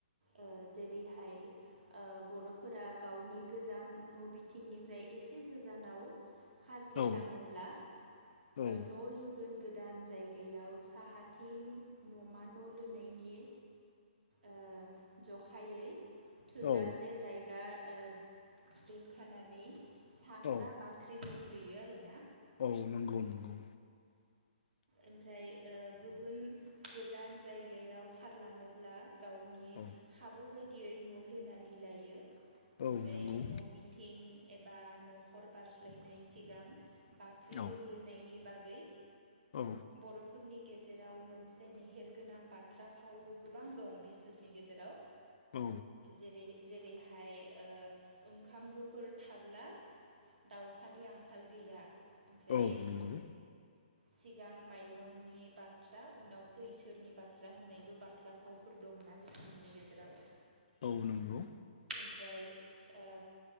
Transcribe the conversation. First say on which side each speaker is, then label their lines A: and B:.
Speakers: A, on the right (about 75°); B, on the left (about 50°).
A: ओ जेरैहाय ओ बर'फोरा गावनि गोजाम न' बिथिंनिफ्राय एसे गोजानाव खास्लायलाङोब्ला
B: औ
A: ओ
B: औ
A: न' लुगोन गोदान जायगायाव साहाथिं न'मा न' लुनायनि ओ जखायै थोजासे
B: औ
A: जायगा ओ दोनखानानै सानजा
B: औ
A: बा ख्रि लुग्रोयो आरोना।
B: औ नंगौ नंगौ।
A: ओमफ्राय ओ गुबुन गोजान जायगायाव खारलाङोब्ला गावनि
B: औ
A: खाबु बायदियै न' लुनानै लायो ओमफ्राय
B: औ नंगौ
A: न' बिथ थिं एबा न'खर बारस्लायनाय सिगां बाख्रि
B: औ
A: लु ग्रोनायनि बागै
B: औ
A: बर'फोरनि गेजेराव मोनसे मेहेरगोनां बाथ्रा फाव गोबां दं बिसोरनि गेजेराव
B: औ
A: जेरै जेरैहाय ओ ओंखाम गोफुर थाब्ला दाउखानि आंखाल गैया। ओमफ्राय
B: औ नंगौ
A: सि गां माइरंनि बाथ्रा उनावसो इसोरनि बाथ्रा होननायबो बाथ्रा फावफोर दं ना बिथांमोननि गेजेराव।
B: औ नंगौ
A: ओमफ्राय ओ